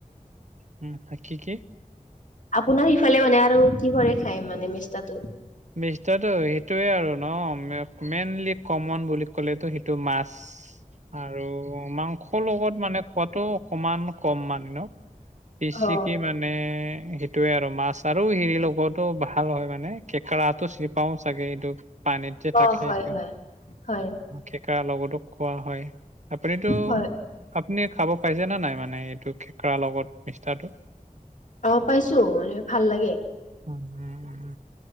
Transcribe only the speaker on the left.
আপোনাৰ সিফালে মানে আৰু কি কৰে খায় মানে মিষ্টাটো?
অ
অ হয়
হয় হয়
হয়
অ পাইছো ভাল লাগে।